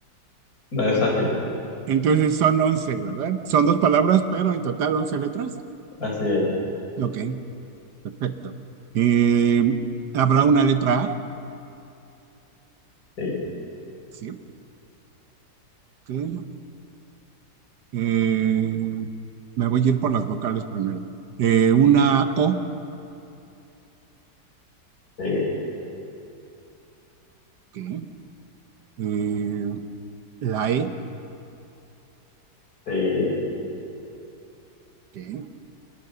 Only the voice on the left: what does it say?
No es fácil,
así es.
Sí,
sí,
sí.